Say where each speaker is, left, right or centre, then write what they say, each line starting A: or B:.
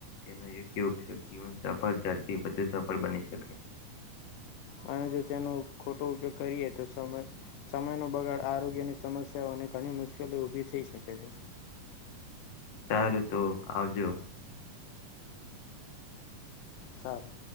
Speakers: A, on the left; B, on the left.
A: તેનો યોગ્ય ઉપયોગ જીવન સફળ ઝડપથી વધુ સફળ બની શકે.
B: અને જો તેનું ખોટ તો ઉપયોગ કરીએ તો સમય સમયનો બગાડ આરોગ્યની સમસ્યાઓ અને ઘણી મુશ્કેલી ઉભી થઈ શકે છે.
A: સારું તો આવજો.
B: સારું.